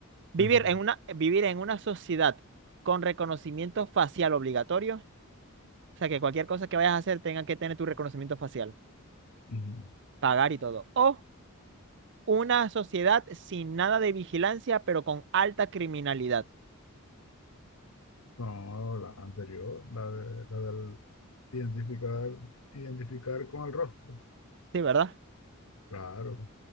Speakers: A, on the right; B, on the left.
A: Vivir
B: Decime.
A: en una, vivir en una sociedad con reconocimiento facial obligatorio. O sea, que cualquier cosa que vayas a hacer tenga que tener tu reconocimiento facial,
B: Ujú.
A: pagar y todo. O una sociedad sin nada de vigilancia, pero con alta criminalidad.
B: No, la anterior, la de, la del identificar, identificar con el rostro.
A: Sí, ¿verdad?
B: Claro.